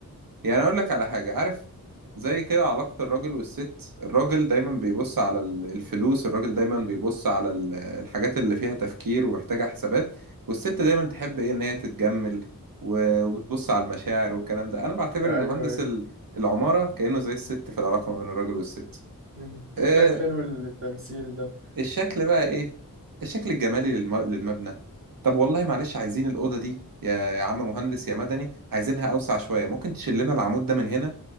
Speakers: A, on the right; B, on the right.
A: يعني اقول لك على حاجة عارف زي كده علاقة الراجل والست الراجل دايما بيبص على ال- الفلوس الراجل دايما بيبص على ال- الحاجات اللي فيها تفكير ومحتاجة حسابات والست دايما تحب ايه ان هي تتجمل و- وتبص على المشاعر والكلام ده انا بعتبر
B: ايوه
A: ان مهندس
B: ايوه
A: ال- العمارة كأنه زي الست في العلاقة ما بين الراجل والست
B: مم.
A: آه،
B: ح- حلو التمثيل ده
A: الشكل بقى ايه الشكل الجمالي للم... للمبنى طب والله معلش عايزين الأوضة دي يا يا عم مهندس يا مدني عايزينها أوسع شوية ممكن تشيل لنا العمود ده من هنا